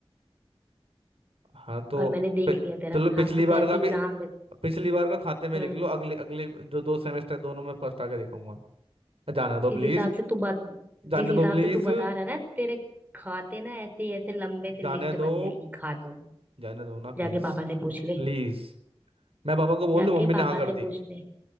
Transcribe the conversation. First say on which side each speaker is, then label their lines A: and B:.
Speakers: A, on the right; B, on the right.
A: हाँ तो
B: और मैंने देख
A: पे-
B: लिया तेरा
A: चलो पिछली
B: हाँ तू
A: बार
B: कैसे
A: का
B: एग्जाम
A: भी
B: देता
A: पिछली बार का खाते में
B: है
A: लिख लो अगले अगले जो दो सेमेस्टर दोनों में फर्स्ट आके दिखाऊंगा जाने दो
B: जिस
A: प्लीज
B: हिसाब से तू बत
A: जाने
B: जिस हिसाब
A: दो प्लीज
B: से तू बता रहा है ना तेरे खाते ना ऐसे ऐसे लंबे से
A: जाने
B: लिस्ट
A: दो
B: बन जाएगी खातों की।
A: जाने दो ना
B: जाके
A: प्लीज
B: पापा से पूछ ले
A: प्लीज मैं पापा को बोल
B: जाके
A: दूं मम्मी ने
B: पापा
A: हाँ कर
B: से
A: दी
B: पूछ ले